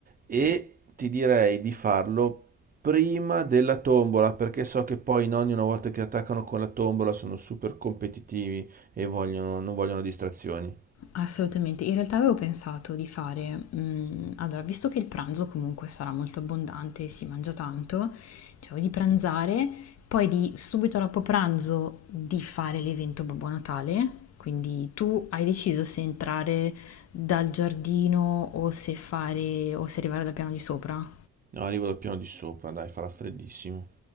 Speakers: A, on the right; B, on the left.
A: e ti direi di farlo prima della tombola, perché so che poi i nonni una volta che attaccano con la tombola sono super competitivi e vogliono- non vogliono distrazioni.
B: assolutamente, in realtà avevo pensato di fare, mm, allora, visto che il pranzo comunque sarà molto abbondante e si mangia tanto, cioè di pranzare, poi di subito dopo pranzo di fare l'evento Babbo Natale, quindi tu hai deciso se entrare dal giardino o se fare o se arrivare dal piano di sopra?
A: No, arrivo dal piano di sopra, dai, farà freddissimo.